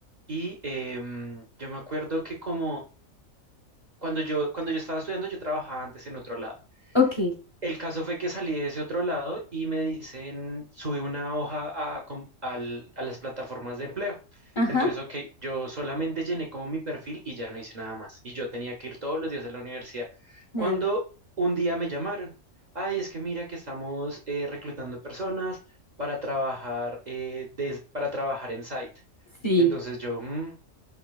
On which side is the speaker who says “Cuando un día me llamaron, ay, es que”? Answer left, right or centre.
Right